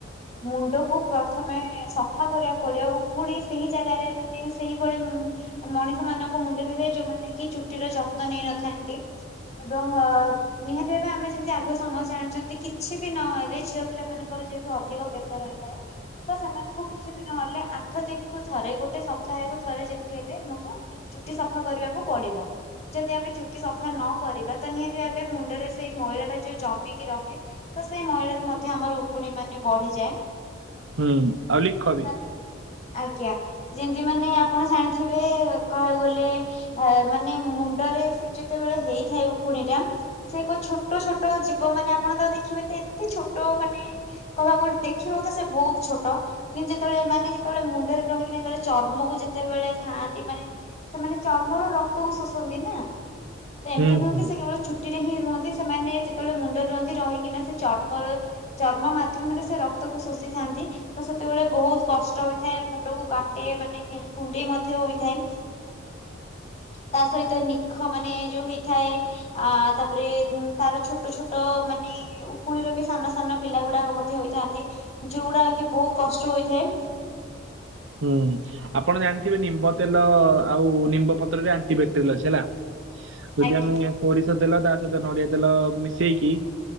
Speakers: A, on the left; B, on the right.
A: ମୁଣ୍ଡକୁ ପ୍ରଥମେ ସଫା କରିବାକୁ ପଡିବ। ଉକୁଣୀ ସେହି ଜାଗାରେ ମାନେ ସେଇଭଳି ମଣିଷ ମାନଙ୍କ ମୁଣ୍ଡରେ ଯୋଉମାନେ କି ଚୁଟିର ଯତ୍ନ ନେଇନଥାନ୍ତି। <unintelligible> ନିହାତି ଭାବେ ଆମେ ଯେମିତି ଆଗରୁ ସମସ୍ତେ ଜାଣିଛନ୍ତି, କିଛି ବି ନହେଲେ ଝିଅ ପିଲା ମାନଙ୍କର ଯେହେତୁ ଅଧି ଅଧିକ କେଶ ରହିଥାଏ। ତ ସେମାନଙ୍କୁ କିଛି ବି ନହେଲେ ଆଠ ଦିନକୁ ଥରେ, ଗୋଟେ ସପ୍ତାହକୁ ଥରେ ଯେମିତି ହେଲେ ଆମକୁ ଚୁଟି ସଫା କରିବାକୁ ପଡିବ। ଯଦି ଆମେ ଚୁଟି ସଫା ନ କରିବା ତ ନିହାତି ଭାବେ ମୁଣ୍ଡରେ ସେଇ ମଇଳା ଟା ଯୋଉ ଜମିକି ରହେ ତ ସେଇ ମଇଳାରୁ ମଧ୍ୟ ଆମର ଉକୁଣୀ ମାନେ ବଢିଯାଏ।
B: ହୁଁ। ଆଉ ଲିଖ ବି।
A: ମାନେ ଆଜ୍ଞା। ଯେମତି ମାନେ ଆପଣ ଜାଣିଥିବେ କହିବାକୁ ଗଲେ ଆ ମାନେ ମୁଣ୍ଡରେ ସେ ଯେତେବେଳେ ହେଇ ଥାଏ। ଉକୁଣି ଟା ସେ ଏକ ଛୋଟ ଛୋଟ ଜୀବ ମାନେ ଆପଣ ତା ଦେଖିବେ ତ ଏତେ ଛୋଟ ମାନେ କହିବାକୁ ଗୋଟେ ଦେଖିବାକୁ ତ ସେ ବହୁତ ଛୋଟ। କିନ୍ତୁ ଯେତେବେଳେ ଏ ମାନେ ଯେତେବେଳେ ମୁଣ୍ଡରେ ରହିକି ଯେତେବେଳେ ଚର୍ମକୁ ଯେତେବେଳେ ଖାଆନ୍ତି ମାନେ ସେମାନେ ଚର୍ମର ରକ୍ତକୁ ଶୋଷନ୍ତି ନା? ତ ଏମିତି
B: ହୁଁ
A: ନୁହେଁ
B: ହୁଁ।
A: କି ସେ କେବଳ ଚୁଟିରେ ହିଁ ରୁହନ୍ତି ସେମାନେ ଯେତେବେଳେ ମୁଣ୍ଡରେ ରୁହନ୍ତି ରହିକିନା ସେ ଚର୍ମର ଚର୍ମ ମାଧ୍ୟମରେ ସେ ରକ୍ତକୁ ଶୋଷିଥାନ୍ତି। ତ ସେତେବେଳେ ବହୁତ କଷ୍ଟ ହୋଇଥାଏ ମୁଣ୍ଡକୁ କାଟେ ମାନେ କୁଣ୍ଡେଇ ମଧ୍ୟ ହୋଇଥାଏ।
B: ହ।
A: ତା ସହିତ ନିଖ ମାନେ ଯୋଉ ହେଇ ଥାଏ ଆ ତାପରେ ତାର ଛୋଟ ଛୋଟ ମାନେ ଉକୁଣୀର ବି ସାନ ସାନ ପିଲା ଗୁଡାକ ମଧ୍ୟ ହୋଇଥାନ୍ତି। ଯୋଉଗୁଡାକ ବହୁତ କଷ୍ଟ ହୋଇଥାଏ।
B: ହୁଁ ଆପଣ ଜାଣିଥିବେ ନିମ୍ବ ତେଲ ଆଉ ନିମ୍ବ ପତ୍ରରେ ଆଣ୍ଟିବାକ୍ଟେରିଲ ଅଛି ହେଲା। ଯଦି
A: ଆଜ୍ଞା
B: ଆମେ ସୋରିଷ ତେଲ ତା ସହିତ ନଡିଆ ତେଲ ମିଶେଇକି